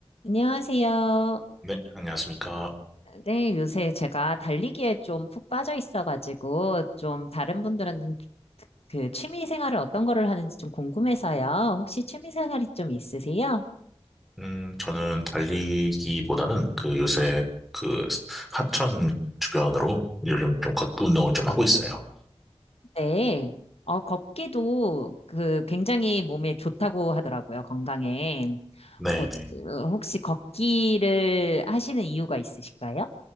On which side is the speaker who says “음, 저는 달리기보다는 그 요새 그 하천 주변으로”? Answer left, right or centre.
Centre